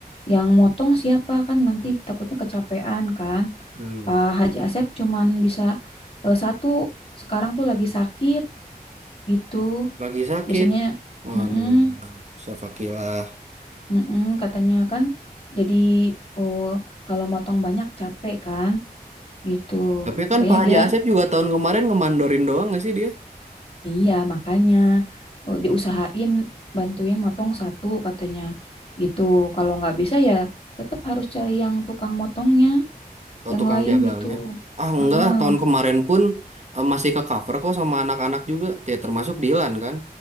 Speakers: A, on the left; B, on the right.
A: Yang motong siapa kan nanti takutnya kecapean kan.
B: hmm.
A: Pak Haji Asep cuman bisa eh, satu, sekarang tuh lagi sakit gitu.
B: Lagi sakit.
A: Biasanya
B: Waduh,
A: mm-mm,
B: Safakilah.
A: mm-mm, katanya kan jadi oh, kalau motong banyak capek kan gitu.
B: Tapi
A: Makanya
B: kan Pak Haji
A: dia
B: Asep juga tahun kemarin ngemandorin doang nggak sih dia?
A: Iya, makanya eh, diusahain bantuin motong satu katanya gitu. Kalau nggak bisa ya tetap harus cari yang tukang motongnya,
B: Oh,
A: yang
B: tukang
A: lain
B: jagalnya.
A: gitu.
B: Ah, enggak,
A: Heeh.
B: ah, tahun kemarin pun eh, masih ke cover kok sama anak-anak juga. Ya, termasuk Dilan kan.